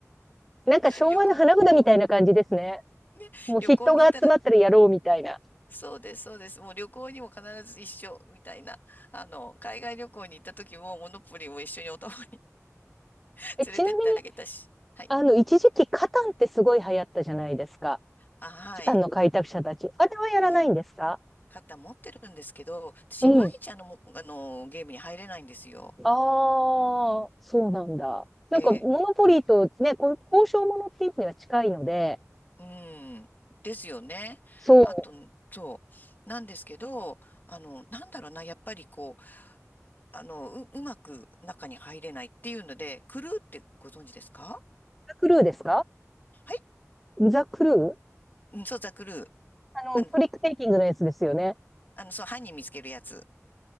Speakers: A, in the centre; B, on the left.
A: なんか昭和の花札みたいな感じですね。
B: 旅行、ね、
A: もう人が集まったらやろうみたいな。
B: 旅行に行ったら、そうです、そうです。もう旅行にも必ず一緒みたいな。あの、海外旅行に行った時も、モノポリーも一緒にお互い <laughs>
A: え、
B: 連れてってあげたし。
A: ちなみに、
B: はい。
A: あの、一時期カタンってすごい流行ったじゃないですか。
B: あ、はい。
A: カタンの開拓者たち。あれはやらないんですか
B: えー、肩持ってるんですけど、私、
A: うん。
B: いまいちあの、もあの、ゲームに入れないんですよ。
A: ああ、そうなんだ。なんか、
B: え
A: モノポリーとね、こう交渉ものっていうのは近いので、
B: ー、うん。ですよね。
A: そう。
B: あと、そう。なんですけど、あの、なんだろうな、やっぱりこう、あの、う、うまく中に入れないっていうので、クルーってご存知ですか
A: ザ・クルーですか
B: はい。
A: ザ・クルー
B: うんそう、ザ・クルー。
A: あの、
B: あの、
A: フリックテイキングのやつですよね。
B: あの、そう、犯人見つけるやつ。